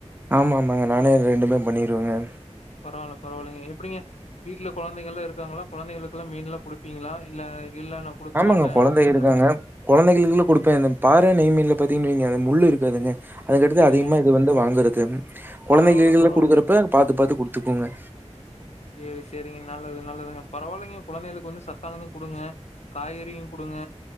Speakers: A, on the right; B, on the left.
A: ஆமா ஆமாங்க நானே ரெண்டுமே பண்ணிருவங்க
B: பரவாயில்ல பரவாயில்லைங்க எப்படிங்க வீட்டுல குழந்தைகள் எல்லாம் இருக்காங்களா குழந்தைகளுக்குெல்லாம் மீன் எல்லாம் குடுப்பீங்களா இல்ல "இல்ல நான் குடுக்க
A: ஆமாங்க
B: மாட்டேன்"
A: குழந்தை
B: அப்படின்னு
A: இருக்காங்க குழந்தைகளுக்கு கொடுப்பேன் பாரா நெய்மீன் பாத்தீங்கு வங்க முள்ளு இருக்கதுங்க அது கடுத்து
B: சரிங்க.
A: அதிகமா இது வந்து வாங்கறது த <unintelligible> குழந்தைகல்லாம்
B: பரவால்ல பரவால்லைங்க.
A: கொடுக்குறப்ப பாத்து பாத்து கொடுத்பேன் எத்துக்கோங்க
B: சரி சரிங்க நல்லது நல்லதுங்க பரவாயில்லைங்க குழந்தைகளுக்கு வந்து சத்தானதும் கொடுங்க காய்கறியும் கொடுங்க